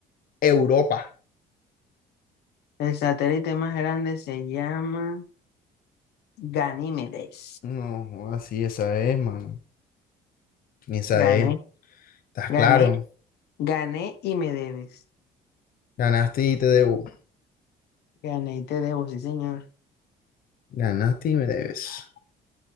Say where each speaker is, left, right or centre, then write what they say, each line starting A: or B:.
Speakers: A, on the left (about 60°); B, on the left (about 75°).
A: Europa.
B: El satélite más grande se llama Ganímedes,
A: No, así esa es, man. Esa
B: gané,
A: es. ¿Estás
B: gané,
A: claro?
B: gané y me debes.
A: Ganaste y te debo.
B: Gané y te debo, sí, señor.
A: Ganaste y me debes.